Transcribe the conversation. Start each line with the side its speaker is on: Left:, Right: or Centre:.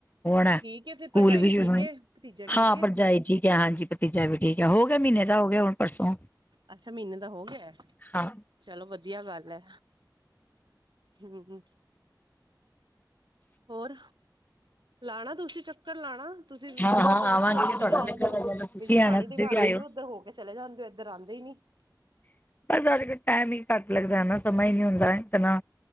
Left: ਹੁਣ
Right: ਠੀਕ ਏ ਫਿਰ
Left: ਸਕੂਲ
Right: ਭਰਜਾਈ
Left: ਵੀ ਸ਼ੁਰੂ
Right: ਠੀਕ
Left: ਨੇ,
Right: ਏ ਭਤੀਜਾ ਠੀਕ
Left: ਹਾਂ
Right: ਏ
Left: ਭਰਜਾਇ ਜੀ। ਹਾਂਜੀ, ਭਤੀਜਾ ਵੀ ਠੀਕ ਹੈ, ਹੋ ਗਿਆ ਮਹੀਨੇ ਦਾ, ਹੋ ਗਿਆ ਹੁਣ ਪਰਸੋਂ।
Right: ਅੱਛਾ, ਮਹੀਨੇ ਦਾ ਹੋ ਗਿਆ,
Left: ਹਾਂ
Right: ਚਲੋ ਵ ਵਧੀਆ ਗੱਲ ਏ, ਹੂੰਅਅ ਹੋਰ ਲਾਣਾ ਤੁਸੀਂ ਚੱਕਰ, ਲਾਣਾ ਤੁਸੀਂ,
Left: ਹਾਂ ਹਾਂ
Right: ਪੜੋਸ
Left: ਆਵਾਂਗੇ
Right: ਚ ਹੋ ਕੇ
Left: ਜੇ ਤੁਹਾਡਾ
Right: ਚਲੇ ਜਾਂਦੇ
Left: ਚੱਕਰ
Right: ਹੋ,
Left: ਲੱਗਿਆ ਤਾਂ ਤੁਸੀਂ
Right: ਵੀ ਜੇਠਾਣੀ
Left: ਆਣਾ ਤੁਸੀਂ
Right: ਦੇ ਘਰ
Left: ਵੀ ਆਇਓ
Right: ਆਂਦੇ ਹੋ ਉੱਧਰ ਹੋ ਚਲੇ ਜਾਂਦੇ ਓ, ਇੱਧਰ ਆਂਦੇ ਈ ਨੀ।
Left: ਬਸ, ਅਜਕਲ ਟਾਈਮ ਹੀ ਘੱਟ ਲੱਗਦਾ ਨਾ, ਸਮਾਂ ਈ ਨਹੀਂ ਹੁੰਦਾ ਇਤਨਾ।